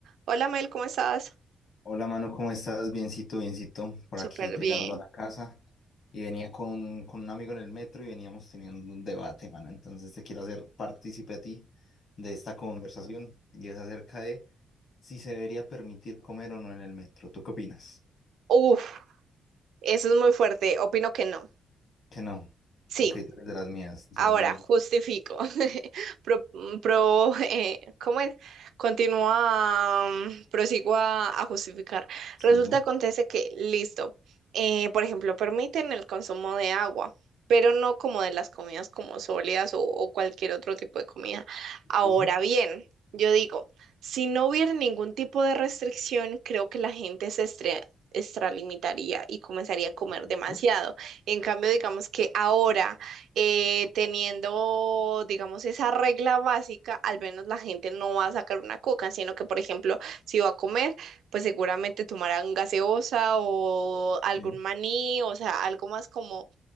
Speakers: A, on the right; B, on the left.
A: Hola Mel, ¿cómo estás?
B: Hola, mano, ¿cómo estás? Biencito, biencito, por
A: Súper
B: aquí llegando
A: bien.
B: a la casa. Y venía con, con un amigo en el metro y veníamos teniendo un debate, mano. Entonces te quiero hacer partícipe a ti de esta conversación y es acerca de si se debería permitir comer o no en el metro. ¿Tú qué opinas?
A: Uf, eso es muy fuerte. Opino que no.
B: Que no.
A: Sí,
B: Ok, tú eres de las mías, tú
A: Ahora,
B: eres de las...
A: justifico. <laughs> Pro, mm, pro- <laughs> eh, ¿cómo es? Continúa, mm, prosigo a, a justificar.
B: Sí,
A: Resulta,
B: sí,
A: acontece que, listo, eh, por ejemplo, permiten el consumo de agua, pero no como de las comidas como sólidas o, o cualquier otro tipo de comida. Ahora
B: sí, sí,
A: bien, yo digo, si no hubiera ningún tipo de restricción, creo que la gente se estre- extralimitaría y comenzaría a comer
B: perfecto.
A: demasiado. En cambio, digamos que ahora eh, teniendo, digamos, esa regla básica, al menos la gente no va a sacar una coca, sino que, por ejemplo, si va a comer, pues seguramente tomarán gaseosa o algún
B: Sí.
A: maní, o sea, algo más como